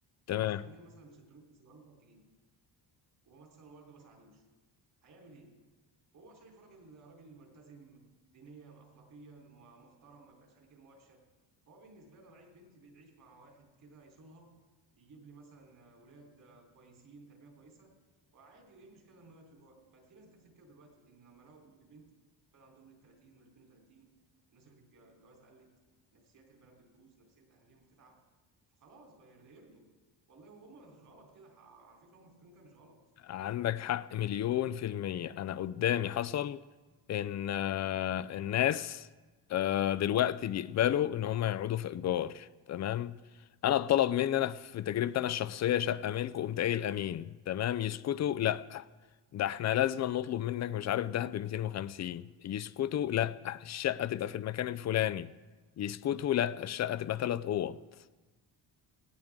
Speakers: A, on the left; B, on the right.
A: تمام
B: هيجيب شقه منين مثلا ب 600 700 جنيه وهو مثلا والده ما ساعدوش هيعمل ايه؟ وهو شايفه راجل راجل ملتزم دينيا اخلاقيا م- محترم ما بقاش عليه كلمه وحشه فهو بالنسبه لي انا عايز بنتي بتعيش مع واحد كده يصونها يجيب لي مثلا ولاد كويسين تربيه كويسه وعادي وايه المشكله لما يقعد في جوع بقت في ناس بتحسب كده دلوقتي لان لما لقوا البنت بتقعد عندهم لل 30 وال 32 مناسبه الج- الجواز قلت نفسيات البنات بتبوظ نفسيه اهاليهم بتتعب فخلاص بقى يرضوا والله وهم مش غلط كده ح- على فكره هم فاكرين كده مش غلط
A: عندك حق مليون في المية أنا قدامي حصل إن آه، الناس آه، دلوقتي بيقبلوا إن هم يقعدوا في إيجار تمام أنا اتطلب مني أنا في تجربتي أنا الشخصية شقة ملك وقمت قايل أمين تمام يسكتوا لأ ده إحنا لازم نطلب منك مش عارف ده ب 250 يسكتوا لأ الشقة تبقى في المكان الفلاني يسكتوا لأ الشقة تبقى تلات أوض